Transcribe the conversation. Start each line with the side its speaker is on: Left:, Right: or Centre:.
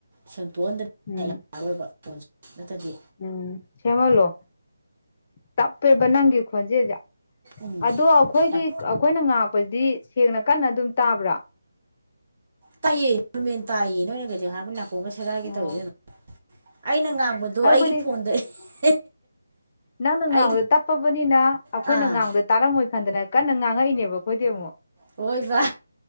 Right: ꯁꯦꯡꯇꯣꯛꯑꯟꯗ
Left: ꯎꯝ
Right: ꯑ ꯑꯣꯏꯕ ꯐꯣꯟ ꯅꯠꯇꯗꯤ
Left: ꯎꯝ ꯁꯦꯝꯃꯂꯣ ꯆꯞꯄꯦꯕ ꯅꯪꯒꯤ ꯈꯣꯟꯖꯦꯜꯖꯦ
Right: ꯎꯝ
Left: ꯑꯗꯣ ꯑꯩꯈꯣꯏꯒꯤ
Right: ꯌꯥꯝ
Left: ꯑꯩꯈꯣꯏꯅ ꯉꯥꯛꯄꯁꯤꯗꯤ ꯁꯦꯡꯅ ꯀꯟꯅ ꯑꯗꯨꯝ ꯇꯥꯕ꯭ꯔꯥ
Right: ꯇꯥꯏꯌꯦ ꯅꯣꯔꯃꯦꯜ ꯇꯥꯏꯌꯦ ꯅꯔꯒꯩꯗꯤ ꯍꯥꯄ ꯅꯥꯀꯣꯡꯒ ꯁꯦꯒꯥꯏꯒꯦ
Left: ꯑꯣ
Right: ꯇꯧꯋꯗꯅꯣ ꯑꯩꯅ ꯉꯥꯡꯕꯗꯣ
Left: ꯑꯩꯈꯣꯏꯗꯤ
Right: ꯑꯩꯒꯤ ꯐꯣꯟꯗ <unintelligible>
Left: ꯅꯪꯅ
Right: ꯑꯩ
Left: ꯉꯥꯡꯕꯗ ꯇꯞꯄꯕꯅꯤꯅ ꯑꯩꯈꯣꯏꯅ
Right: ꯑꯥ
Left: ꯉꯥꯡꯕꯗ ꯇꯥꯔꯝꯃꯣꯏ ꯈꯟꯗꯅ ꯀꯟꯅ ꯉꯥꯡꯉꯛꯏꯅꯦꯕ ꯑꯩꯈꯣꯏꯗꯤ ꯑꯃꯨꯛ
Right: ꯍꯣꯏꯕ